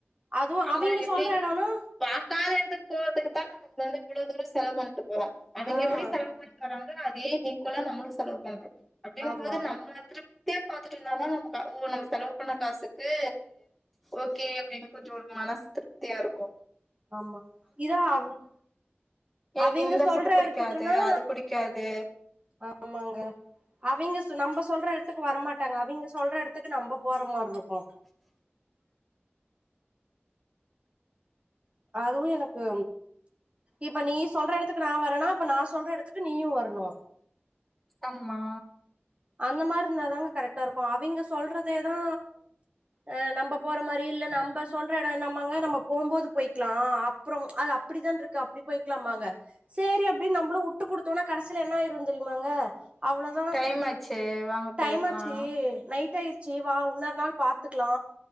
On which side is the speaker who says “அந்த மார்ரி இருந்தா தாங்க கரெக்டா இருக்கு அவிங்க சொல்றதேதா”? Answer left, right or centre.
Right